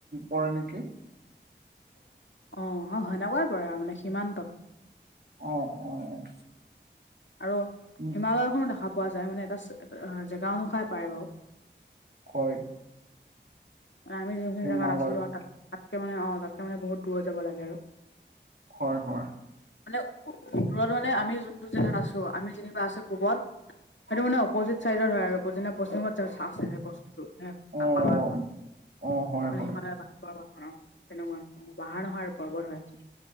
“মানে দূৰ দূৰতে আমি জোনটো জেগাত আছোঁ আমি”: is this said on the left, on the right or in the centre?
Left